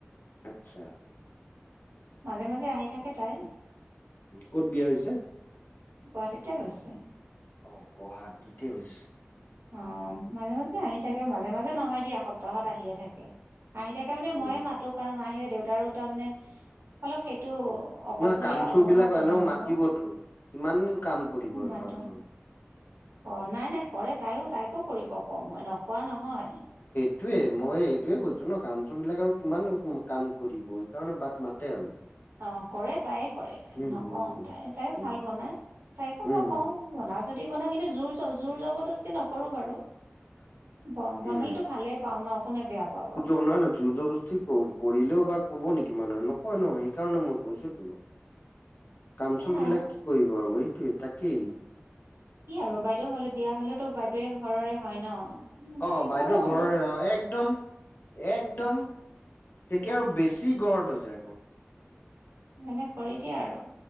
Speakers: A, on the left; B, on the right.
A: আচ্ছা।
B: মাজে মাজে আহি থাকে তাই।
A: ক'ত বিয়া হৈছে?
B: গুৱাহাটীততে হৈছে।
A: অ' গুৱাহাটীততে হৈছে।
B: অ 'মাজে মাজে আহিয়ে থাকে। মাজে মাজে নহয় দিয়া সপ্তাহত আহিয়ে থাকে। আহি তাই তাৰ মানে
A: উম
B: ময়ে মাতো কাৰণ মা আহিলে, দেউতাৰো তাৰমানে অলপ সেইটো অকলশৰীয়া
A: নহয় কামচাম
B: অনুভৱটো
A: বিলাক এনেও
B: নহ'ব
A: মাতিবতো। কিমান কাম কৰিব আৰু
B: মাত্ৰ
A: কামচাম
B: অ নাই নাই কৰে তাইও তাইকো কৰিব কওঁ মই, নকৱা নহয়।
A: সেইটোৱে মই এইটোয়ে কৈছো ন, কামচুৰ বিলাক আৰু কিমান কাম কৰিব সেইকাৰণে বাক মাতে আৰু।
B: অঁ কৰে তাইয়ে কৰে,
A: উম
B: নকওঁ
A: হম হম
B: তাই তাইও
A: উম
B: ভাল বনাই তাইকো
A: উম
B: মই কওঁ- বনাও যদি বনা কিন্তু জোৰ জোৰ জবৰদস্তি নকৰো বাৰু। ব
A: উম
B: বনালেটো ভালেই পাওঁ ন, কোনে বেয়া পাব।
A: শুনা না জোৰ জৰদস্তি- ক কব কৰিলেও বা ক'ব নেকি মানুহে। নক- হয় নহয়, সেইকাৰণে মই কৈছোতো কামচুৰ
B: সেয়া
A: বিলাক
B: আৰু
A: - কি কৰিব আৰু সেইটোৱে তাকেই।
B: কি আৰু বাদেইও হলে বিয়া হলেতো বাদেইৱে ঘৰৰে হয় ন। গতিকে
A: অঁ বাইদেউ
B: কৰে
A: ঘৰৰে
B: আৰু
A: অঁ, একদম- একদম তেতিয়া আৰু বেছি ঘৰলৈ যায় আকৌ।
B: মানে কৰি দিয়া আৰু।